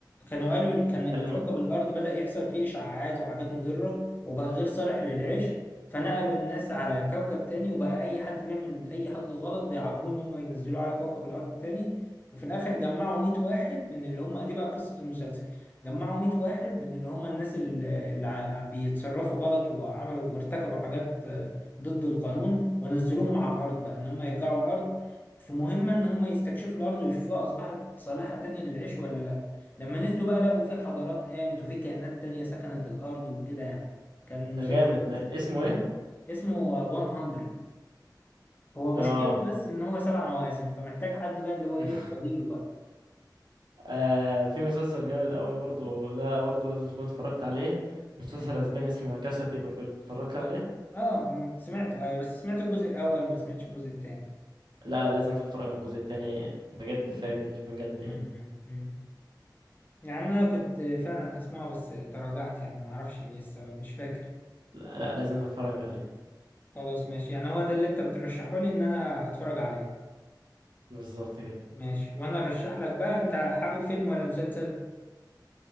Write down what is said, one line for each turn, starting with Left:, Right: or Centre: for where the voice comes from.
Left: كانوا قالوا كان
Right: بيتكلم
Left: الكوكب
Right: عن
Left: الأرض بدأ يحصل فيه إشعاعات وحاجات مضرة وبقى غير صالح للعيش فنقلوا الناس على كوكب تاني وبقى أي حد بيعمل أي حاجة غلط بيعاقبوه إن هم ينزلوه على كوكب الأرض تاني وفي الآخر جمعوا 100 واحد من اللي هم دي بقى قصة المسلسل جمعوا 100 واحد من اللي هم الناس اللي اللي ع- بيتصرفوا غلط وعملوا وارتكبوا حاجات آه، ضد القانون ونزلوهم على الأرض بقى إن هم يرجعوا الأرض في مهمة إن هم يستكشفوا الأرض ويشوفوها أصبحت صالحة تاني للعيش ولا لأ لما نزلوا بقى لقوا في حضارات قامت وفي كائنات تانية سكنت الأرض وكده يعني كان مسلسل
Right: ده جامد
Left: <laughs>
Right: ده
Left: لذيذ.
Right: اسمه
Left: آه.
Right: ايه؟
Left: اسمه 100 هو مشكلته
Right: اه
Left: بس إن هو سبع مواسم فمحتاج حد بقى اللي هو
Right: <laughs>
Left: إيه فضيله بقى
Right: آه في مسلسل جامد قوي برضو ده برضو لازم تكون اتفرجت عليه مسلسل
Left: مم.
Right: اسباني اسمه لا كاسا دي بابيل اتفرجت عليه
Left: آه مم، سمعته أيوه بس سمعت الجزء الأول ما سمعتش الجزء التاني
Right: لا لازم تتفرج على الجزء التاني بجد فاجر بجد يعني
Left: مم، مم، مم. يعني أنا كنت فعلا هسمعه بس تراجعت يعني معرفش ليه السبب مش فاكر
Right: لا, لا لازم تتفرج عليه
Left: خلاص ماشي يعني هو ده اللي أنت بترشحه لي إن أنا أتفرج عليه
Right: بالظبط كده
Left: ماشي وانا ارشح لك بقى انت حابب فيلم ولا مسلسل